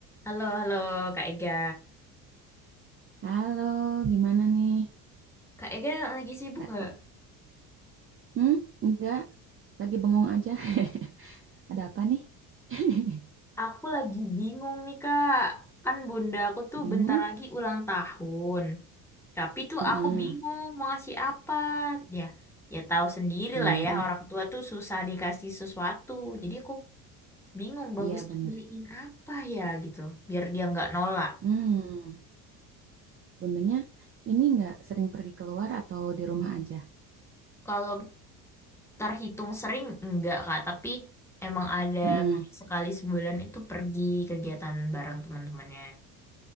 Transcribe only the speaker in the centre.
Halo, halo Kak Ega.
Kak Ega lagi sibuk
nggak?
Aku lagi bingung nih Kak. Kan bunda aku tuh
bentar lagi ulang tahun. Tapi tuh
aku bingung mau ngasih apa. Ya, ya tahu sendiri
lah ya. Orang tua tuh susah dikasih sesuatu. Jadi aku bingung bagusnya
beliin apa ya gitu. Biar dia nggak nolak.
Kalau terhitung sering enggak Kak. Tapi emang ada
kayak sekali sebulan itu pergi kegiatan bareng teman-temannya.